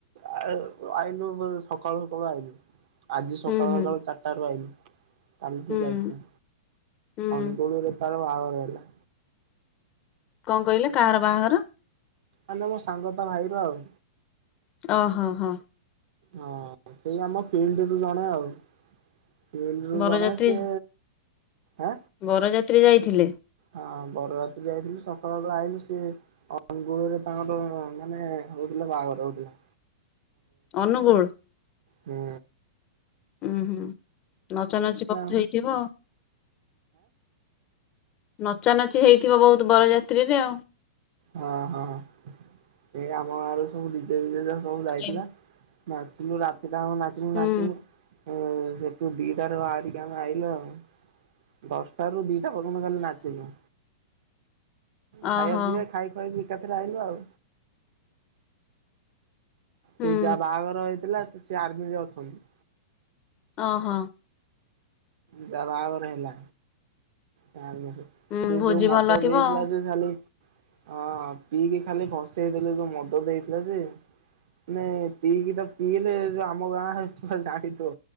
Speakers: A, on the right; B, on the left.
A: ଆ-ଆଇଲୁ ସକାଳୁ ସକାଳୁ ଆଇଲୁ। ଆଜି ସକାଳୁ
B: ହୁଁ ହୁଁ
A: ସକାଳୁ ଚାରିଟାରୁୁ ଆଇଲୁ କାଲିଠୁ
B: ହୁଁ
A: ଯାଇଥିଲି।
B: ହୁଁ
A: ଅନୁଗୁଳରେ ତାର ବାହାଘର ହେଲା।
B: କଣ କହିଲେ କାହାର ବାହାଘର?
A: ମାନେ ମୋ ସାଙ୍ଗ ତା ଭାଇର ଆଉ।
B: ଓ ହୋ ହ ହ।
A: ହଁ ସେଇ ଆମ ଫିଲ୍ଡରୁ ଜଣେ ଆଉ। ଫିଲ୍ଡ ରୁ
B: ବରଯାତ୍ରୀ
A: ଜଣେ ସେ ଆଁ
B: ବରଯାତ୍ରୀ ଯାଇଥିଲେ।
A: ହଁ ବରଯାତ୍ରି ଯାଇଥିଲୁ ସକାଳ ବେଳୁ ଆଇଲୁ ସେ ଅନୁଗୁଳରେ ତାଙ୍କର ମାନେ ହୋଉ ବାହାଘର ହୋଉଥିଲା।
B: ଅନୁଗୁଳ।
A: ହୁଁ।
B: ଉଁ ହୁଁ ନଚାନଚି ବୋହୁତ
A: ଆଁ
B: ହେଇଥିବ। ନଚାନଚି ହେଇଥିବ ବୋହୁତ ହେଇଥିବ ବରଯାତ୍ରୀରେ ଆଉ।
A: ହଁ ହଁ ସେ ଆମ ଗାଁରୁ ସବୁ ନିଜେ ନିଜେ ସବୁ ଯାହା
B: ଖାଇ
A: ଯାଇଥିଲା। ନାଚିଲୁ ରାତିଟାଙ୍କ ନାଚିଲୁ
B: ହୁଁ
A: ନାଚିଲୁ ଏଂ ସେଠୁ ଦିଇଟାରେ ବାହାରିକି ଆମେ ଆଇଲୁ ଆଉ ଦଶଟାରୁ ଦିଇ ଟା ପର୍ଯ୍ୟନ୍ତ ଖାଲି ନାଚିଲୁ।
B: ଓ
A: ଖାଇବା
B: ହୋ।
A: ପିଇବା ଖାଇ ଏକାଥରେ ଆଇଲୁ ଆଉ।
B: ହୁଁ
A: ସେ ଯାହା ବାହାଘର ହେଇଥିଲା ସେ ଆର୍ମିରେ ଅଛନ୍ତି।
B: ଓ ହଁ।
A: ଯା ବାବାଘର ହେଲା ତାରବା
B: ହୁଁ
A: ସେ
B: ଭୋଜି
A: ଯୋଉ ମଦ
B: ଭଲ ଥିବ
A: ଦେଇଥିଲା
B: ଆଉ
A: ଯେ ଖାଲି ଅ ପିଇକି ଖାଲି ଭସେଇଦେଲେ ଯୋଉ ମଦ ଦେଇଥିଲା ଯେ ମୁଁ ପିଇକି ତ ପିଇଲେ ଯୋଉ ଆମ ଗାଁ ଛୁଆ ଜାଣିଥିବ